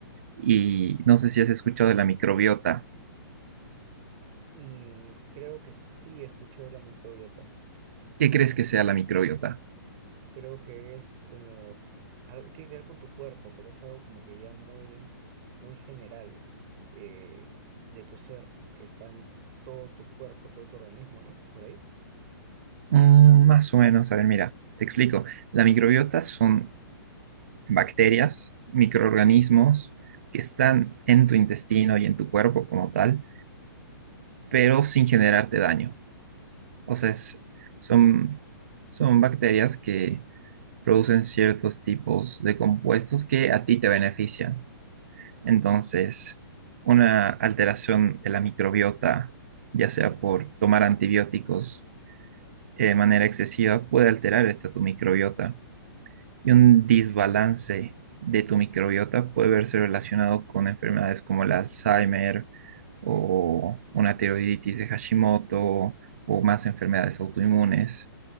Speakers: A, on the right; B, on the right.
A: Y no sé si has escuchado de la microbiota
B: Mm, creo que sí escuchó de la microbiota.
A: ¿Qué crees que sea la microbiota?
B: creo que es como, algo, tiene que ver con tu cuerpo, pero es algo como que ya muy, muy general eh, de tu ser, que está en todo tu cuerpo, todo tu organismo, ¿no? Por ahí.
A: Mm, más o menos, a ver, mira, te explico. La microbiota son bacterias, microorganismos que están en tu intestino y en tu cuerpo como tal, pero sin generarte daño. O sea, es- son, son bacterias que producen ciertos tipos de compuestos que a ti te benefician. Entonces, una alteración de la microbiota, ya sea por tomar antibióticos, eh, de manera excesiva puede alterar esta tu microbiota y un desbalance de tu microbiota puede verse relacionado con enfermedades como el Alzheimer o una tiroiditis de Hashimoto o más enfermedades autoinmunes.